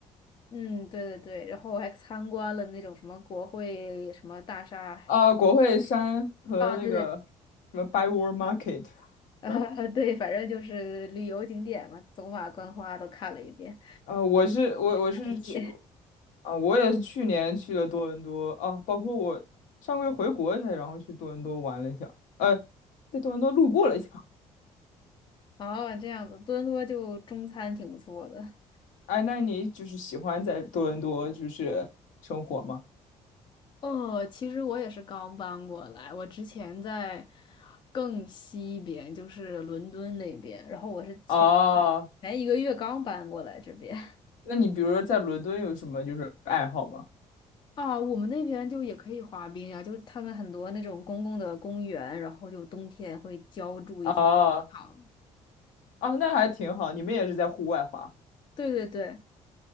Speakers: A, on the left; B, on the left.
A: 嗯，对对对，然后我还参观了那种什么国会什么大厦
B: 啊，国会山和那个
A: 啊，对对 <laughs> 对，
B: 什么 Byward Market。
A: 呃，
B: <laughs>
A: <laughs> 对，反正就是旅游景点嘛，走马观花都看了一遍，
B: 呃，我是我我是去
A: 长街。
B: 啊，我也是去年去了多伦多啊，包括我上个月回国一下，然后去多伦多玩了一下，呃，在多伦多路过了一下。
A: <laughs> 哦，这样子，多伦多就中餐挺不错的。
B: 哎，那你就是喜欢在多伦多就是生活吗？
A: 哦，其实我也是刚搬过来，我之前在更西边，就是伦敦那边，然后我是前
B: 啊，
A: 前一个月刚搬过来这边。<laughs>
B: 那你比如说在伦敦有什么就是爱好吗？
A: 啊，我们那边就也可以滑冰啊，就是他们很多那种公共的公园，然后就冬天会浇筑一些好，
B: 啊啊，那还挺好，你们也是在户外滑。
A: 对对对，